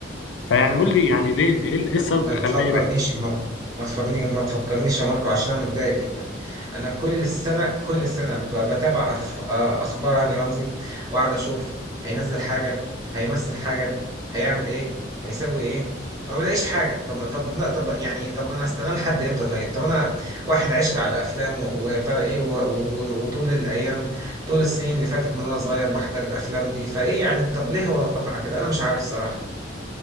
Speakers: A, on the left; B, on the right.
A: فيعني قول لي يعني ليه ليه- إيه السبب
B: بس ما
A: اللي
B: تفكرنيش
A: خلاه يبعد
B: يا ماركو ما تفكرني ما تفكرنيش يا ماركو عشان انا متضايق جدا انا كل سنه كل سنه ب- بتابع أف- آه، اخبار هاني رمزي واقعد اشوف هينزل حاجه هيمثل حاجه هيعمل ايه هيسوي ايه ما بلاقيش حاجه طب طب لا طب يعني طب انا هستناه لحد امتى طيب طب انا واحد عشت على افلامه وبتاع ايه و- و- وطول الايام طول السنين اللي فاتت من وانا صغير بحضر الافلام دي فايه يعني طب ليه هو انقطع كده انا مش عارف الصراحه